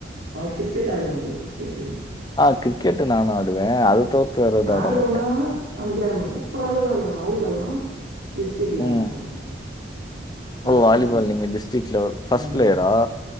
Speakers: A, on the right; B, on the left.
A: ஆ கிரிக்கெட் ஆடுவே ப்ரோ கிரிக்கெட்டு
B: ஆ கிரிக்கெட் நானு ஆடுவே அது தவிர்த்து வேற எதுவும் ஆட
A: ஆடுவனா
B: மாட்டேன்.
A: அப்டி ஆட மாட்டே ஓரளவுக்கு ஆடுவ வாலிபால்லா டிஸ்ட்ரிக்ல
B: ம்.
A: ஆட <inaudible>
B: ஓ!
A: அது ஸ்கூல்
B: வாலிபால்
A: டைம்முல
B: நீங்க டிஸ்ட்ரிக்ட் லெவல்
A: ம்
B: பிளேயரா?